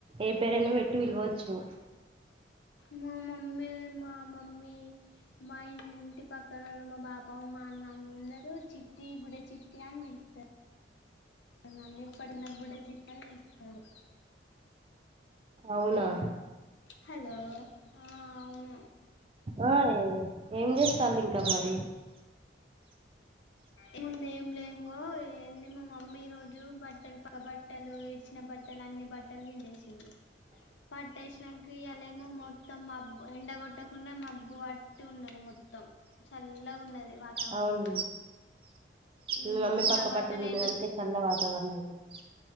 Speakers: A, on the right; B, on the left.
A: ఏ పేరైనా పెట్టి పిలవచ్చు
B: మా మమ్మీ మా మమ్మీ మా ఇంటి పక్కన ఉన్న మా బాప మా అన్న అందరూ చిట్టి బుడ్డ చిట్టి అని పిలుత్తారు నన్ని పడిన బుడ్డ చిట్టి అని పిలుత్తండు
A: అవునా
B: హలో ఆ అవును
A: ఆ ఏం చేస్తారు ఇంకా మరి
B: ఇంగేం లే ఇంగో ఏంది మా మమ్మీ ఈ రోజు బట్టలు పక్క బట్ట బట్టలు ఇడిచిన బట్టలు అన్ని బట్టలు పిండేసింది పట్టేసినంక ఇయలేమొ మో మొత్తం మబ్ ఎండగొట్టకుండా మబ్బు పట్టి ఉన్నది మొత్తం చల్లగా ఉన్నది వాతావరణం
A: అవును
B: మ్మ్
A: మీ మమ్మీ పక్క
B: ఆ
A: బట్టలు పిండిందంటే
B: ఎండుత
A: చల్ల వాతావరణం అయి